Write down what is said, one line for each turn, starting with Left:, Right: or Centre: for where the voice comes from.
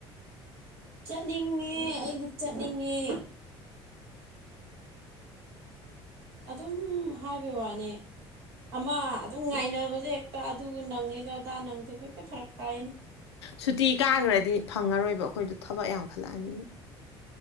Right: ꯆꯠꯅꯤꯡꯉꯦ ꯑꯩꯗꯤ ꯆꯠꯅꯤꯡꯉꯦ ꯑꯗꯨꯝ ꯍꯥꯏꯕꯩ ꯋꯥꯅꯦ ꯑꯃ ꯑꯗꯨꯝ ꯉꯥꯏꯅꯕꯁꯦ ꯍꯦꯛꯇ ꯑꯗꯨ ꯅꯪꯉꯦꯒ ꯑꯗꯥ ꯅꯪꯗꯦꯒ ꯍꯦꯛꯇ ꯐꯔꯛ ꯇꯥꯏꯅꯦ
Left: ꯁꯨꯇꯤ ꯀꯥꯈ꯭ꯔꯗꯤ ꯐꯪꯉꯔꯣꯏꯕ ꯑꯩꯈꯣꯏꯗꯣ ꯊꯕꯛ ꯌꯥꯝꯈꯠꯂꯛꯑꯅꯤ